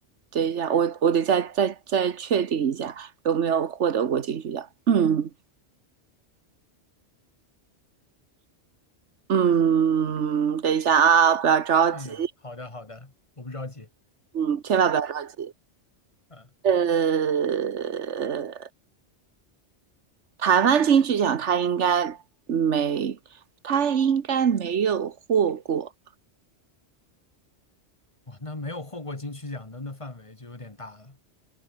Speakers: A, on the right; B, on the left.
A: 等一下，我我得再再再确定一下有没有获得过金曲奖。嗯嗯，等一下啊，不要着急，
B: 嗯，好的好的，我不着急。
A: 嗯，千万不要着急。
B: 嗯。
A: 呃，台湾金曲奖他应该没，他应该没有获过，
B: 哇，那没有获过金曲奖的那范围就有点大了。